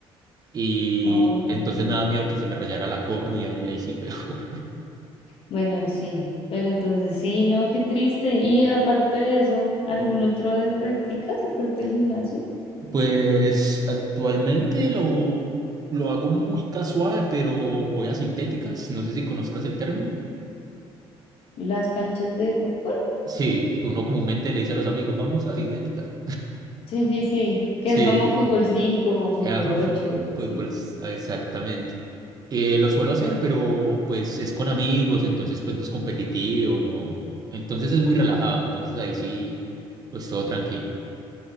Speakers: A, on the right; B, on the left.
A: Y
B: No,
A: entonces
B: no.
A: me da miedo que se me rayara la córnea y ahí sí peor. <laughs>
B: Bueno, sí. Pero entonces sí, no, qué triste. Y aparte de eso, ¿algún otro de prácticas aparte del gimnasio?
A: Pues actualmente lo, lo hago muy casual, pero voy a sintéticas, no sé si conozcas el término.
B: Las canchas de fútbol.
A: Sí, que uno comúnmente le dice a los amigos, vamos a sintética.
B: Sí, sí, sí. Que
A: Sí.
B: es como fútbol 5, o fútbol
A: Eh, Ajá,
B: 8
A: fu-
B: y
A: fútbol,
B: así.
A: ah, exactamente. Eh, lo suelo hacer, pero pues es con amigos, entonces pues no es competitivo, no. Entonces es muy relajado, entonces ahí sí, pues todo tranquilo.